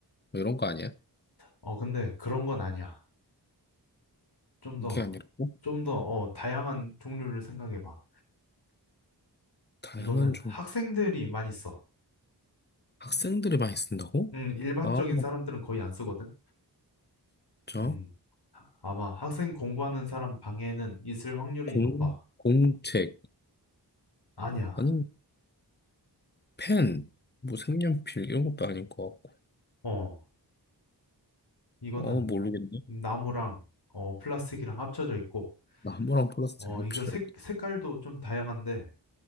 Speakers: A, on the left (about 25°); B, on the left (about 65°).
A: 뭐 이런 거 아니야?
B: 어, 근데 그런 건 아니야. 좀 더,
A: 이게 아니라고?
B: 좀 더, 어, 다양한 종류를 생각해봐.
A: 다양한
B: 이거는
A: 종
B: 학생들이 많이 써.
A: 학생들이 많이 쓴다고?
B: 음, 일반적인
A: 아,
B: 사람들은 거의 안 쓰거든?
A: 진짜?
B: 음, 아마 학생 공부하는 사람 방에는 있을 확률이
A: 공
B: 높아.
A: 공책
B: 아니야.
A: 아니 펜, 뭐 색연필 이런 것도 아닐 것 같고.
B: 어, 이거는
A: 어 모르겠네.
B: 나무랑, 어, 플라스틱이랑 합쳐져 있고,
A: 나무랑 플라스틱
B: 어,
A: 협철.
B: 이거 색, 색깔도 좀 다양한데,